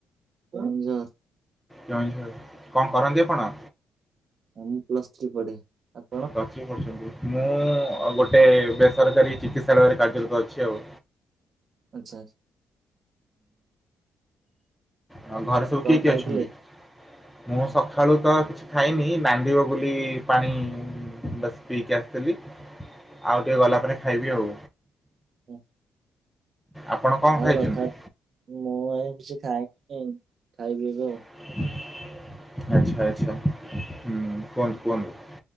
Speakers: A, on the right; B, in the centre.
A: କେଉଁଝର।
B: <unintelligible> କଣ କରନ୍ତି ଆପଣ?
A: ମୁଁ ପ୍ଲସ ଥ୍ରୀ ପଢେ ଆପ
B: ପ୍ଲସ ଥ୍ରୀ ପଢୁଚନ୍ତି ମୁଁ ଗୋଟେ ବେସରକାରୀ ଚିକିତ୍ସାଳୟରେ କାର୍ଯ୍ୟରତ ଅଛି ଆଉ।
A: ଆଚ୍ଛା ଆଚ୍ଛା।
B: ଆ ଘରେ ସବୁ
A: କଣ
B: କିଏ କିଏ
A: ଖାଇଥିଲେ?
B: ଅଛନ୍ତି? ମୁଁ ସକାଳୁତ କିଛି ଖାଇନି ନାନ୍ଦିବ ବୋଲିୁ ପାଣି ବାସ୍ ପିଇକି ଆସିଥିଲି ଆଉ ଟିକେ ଗଲା ପରେ ଖାଇବି ଆଉ।
A: ହୁଁ।
B: ଆପଣ କଣ
A: ଆଉ
B: ଖାଇଛନ୍ତି?
A: ରଥଯା ମୁଁ ଆଉ କିଛି ଖାଇନି ଖାଇବି ଏବେ ଆଉ।
B: ଆଚ୍ଛା ଆଚ୍ଛା ହୁଁ କୁହନ୍ତୁ କୁହନ୍ତୁ?